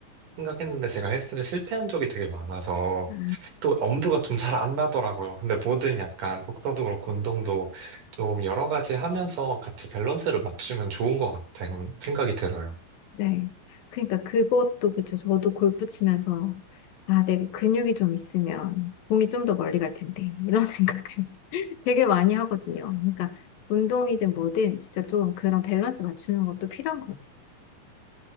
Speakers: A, on the right (about 60°); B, on the left (about 80°).
A: 생각했는데 제가 헬스를 실패한 적이 되게 많아서
B: 아,
A: 또 엄두가 좀 잘 안 나더라고요. 근데 뭐든 약간 복서도 그렇고 운동도 좀 여러 가지 하면서 같이 밸런스를 맞추면 좋은 것 같다는 생각이 들어요.
B: 네. 그러니까 그것도 그쵸. 저도 골프 치면서, 아, 내가 근육이 좀 있으면 공이 좀 더 멀리 갈 텐데. 이런 <laughs> 생각을 되게 많이 하거든요. 그러니까 운동이든 뭐든 진짜 좀 그런 밸런스 맞추는 것도 필요한 것 같아요.